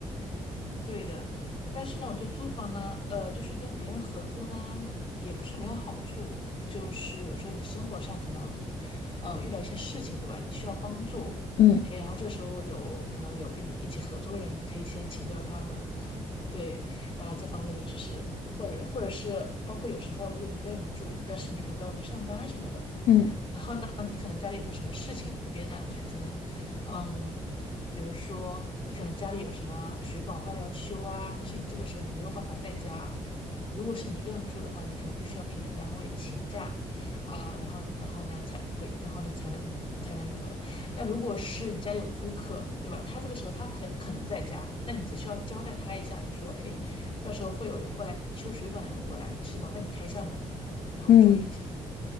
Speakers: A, on the left; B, on the left.
A: 对的，但是呢，我觉得租房呢，呃，就是跟别人合租呢，也不是没有好处。就是有时候你生活上可能，呃，遇到一些事情，对吧？你需要帮助，
B: 嗯
A: 哎，然后这时候有可能有跟你一起合租的人，你可以先请教他们，对，然后这方面的知识，或者或者是包括有时候如果你一个人住，但是你可能在外面上班什么的，
B: 嗯
A: 然后呢，你可能家里有个什么事情，别人呢可能嗯，比如说你可能家里有什么水管坏了要修啊，但是你这个时候你没有办法在家。如果是你一个人住的话，你可能必须要跟你的单位请假，啊、然后然后呢才回，然后呢才能才能那个。但如果是你家里有租客，对吧？他这个时候他可可能在家，那你只需要交代他一下，你说，哎，到时候会有人过来修水管的人过来，是麻烦你开一下门，然后注意一下。
B: 嗯